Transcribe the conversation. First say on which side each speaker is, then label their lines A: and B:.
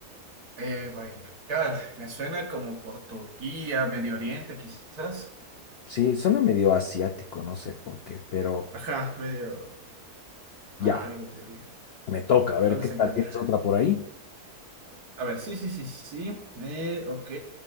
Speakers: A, on the right (about 75°); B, on the left (about 90°).
A: Eh, Baikal, me suena como por Turquía, Medio Oriente, quizás.
B: Sí, suena medio asiático, no sé por qué, pero
A: Ajá, medio
B: ya,
A: arábigo, te diría.
B: me toca. A ver,
A: ¿Dónde
B: ¿qué
A: se
B: tal?
A: encuentra?
B: ¿Tienes otra por ahí?
A: A ver, sí, sí, sí, sí. Eh, ok,